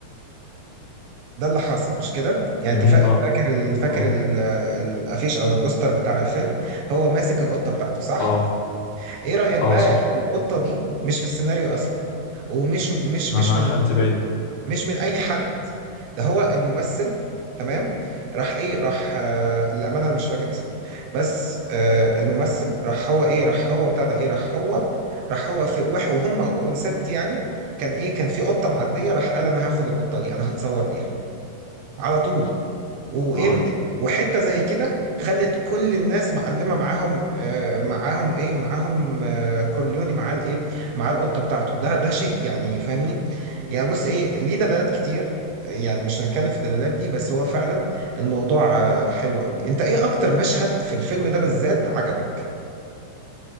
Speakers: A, on the right; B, on the left.
A: ده اللي حاصل مش كده يعني
B: جميل
A: انت فا-
B: آه
A: فاكر ال- فاكر
B: آه
A: ال- الافيش او البوستر بتاع الفيلم هو ماسك القطه بتاعته صح
B: آه
A: ايه رايك
B: آه
A: بقى
B: صح
A: إن القطه دي مش في السيناريو اصلا ومش مش
B: ما
A: مش
B: أنا
A: من
B: أخدت
A: المخرج
B: بالي
A: مش من اي حد ده هو الممثل تمام راح ايه راح آه للامانه انا مش فاكر اسمه بس آه الممثل راح هو ايه راح هو بتاع ده ايه راح هو راح هو في وح- وهم اونست يعني كان ايه كان في قطه معديه راح قال انا هاخد القطه دي انا هتصور بيها على طول وامتى
B: آه
A: وحته زي كده خلت كل الناس معلمه معاهم آه معاهم ايه معاهم آه كورليوني مع الايه مع القطه بتاعته ده ده شيء يعني فاهمني يعني بص ايه ليه دلالات كتير يعني مش هنتكلم في الدلالات دي بس هو فعلا الموضوع آه حلو قوي انت ايه اكتر مشهد في الفيلم ده بالذات عجبك